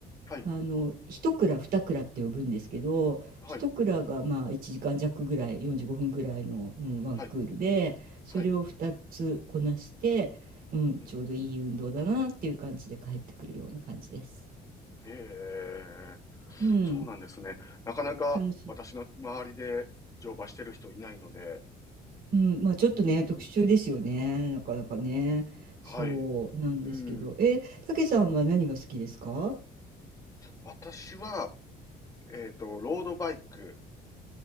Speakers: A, on the left (about 20°); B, on the right (about 60°).
A: はい。
B: あの、1クラ、二クラって呼ぶんですけど、
A: はい。
B: 1クラがまあ1時間弱ぐらい、45分ぐらいの、うん、ワンクールで、
A: はい。
B: それを2つこなして、
A: はい。
B: うん、
A: うん。
B: ちょうどいい運動だなっていう感じで帰ってくるような感じです。
A: へえ、
B: うん、
A: そうなんですね。なかなか私の周りで乗馬してる人いないので、
B: 楽しい。うん、まあちょっとね、
A: うん。
B: 特殊ですよね、なかなかね。
A: はい。
B: そうなんですけど、
A: うん。
B: え、たけさんは何が好きですか
A: 私は、えっと、ロードバイク